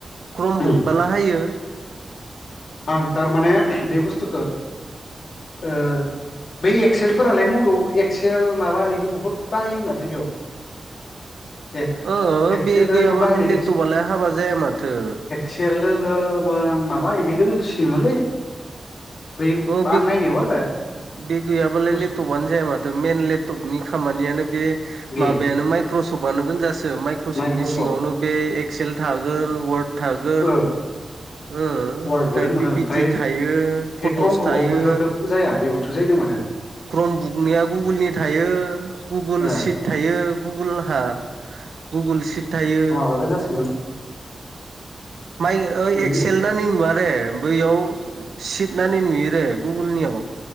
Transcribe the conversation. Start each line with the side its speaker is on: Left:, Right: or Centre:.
Right: क्रम
Left: उम
Right: बुक बाला हायो।
Left: आं थारमाने बे बुस्थुखौ ओ बै एक्सेलफोरालाय मबेयाव एक्सेल माबा इबि बहुद बाहायो माथो बेयाव <inaudible>
Right: ओ
Left: एक्सेल
Right: बे गैयाबानोथ'
Left: ओरैबो बाहायनाय
Right: लेपटपआलाय हाबा जाया माथो
Left: सेल दोङमोन माबा एमबि दोंसोयोमोनलै बै
Right: ओ बे
Left: आं नायनायाव आरो
Right: बे गैयाबालाय'
Left: बुस्थु
Right: लेपटपानो जाया माथो। मेन लेपटपनि खामानियानो बे
Left: बे
Right: माबायानो माइक्रसफ्टआनो गोनजासो माइ क्रशपनि
Left: माइक्रसफ्ट
Right: सिङावनो बे एक्सेल थागोन वार्ड थागोन
Left: ओ
Right: ओ
Left: वार्डबो
Right: ओमफ्राय
Left: दोंमोन
Right: पि
Left: ओं
Right: पि
Left: ओमफ्राय
Right: टि थायो। फट'स
Left: बे क्रम्बुकआव
Right: थायो
Left: बेफोरफोरखौब जाया बेबोथ' जायोनो माथो
Right: क्रम बुकनिया गुगोलनि थायो गुगोल
Left: ओ
Right: सिट थायो गुगोल हा गुगोल सिट थायो।
Left: हागोन जासोयोमोन
Right: माइ ओएकसेल
Left: बि
Right: नानि नुवारे बैयाव सिदनानि नुयो रे गुगोलनियाव